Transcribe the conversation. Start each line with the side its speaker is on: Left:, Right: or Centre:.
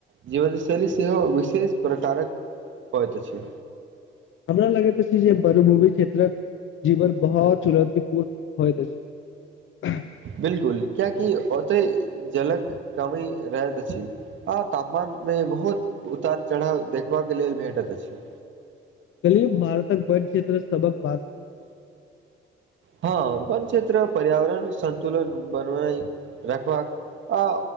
Right: जीवनशैली सेहो विशेष प्रकारक होयत अछि
Left: हमरा लगैत अछि जे मरुभूमि क्षेत्रक जीवन बहुत चुनौति पूर्ण होयत अछि
Right: बिल्कुल कियाकि ओतेै जलक कमी रहैत अछि आ तापमान मे बहुत उतार चढ़ाव देखबा के लेल भेटैत अछि
Left: कहलिय भारतक बन क्षेत्र सबक
Right: हँ वन क्षेत्र पर्यावरण सन्तुलन बनवनाइ रखबाक आ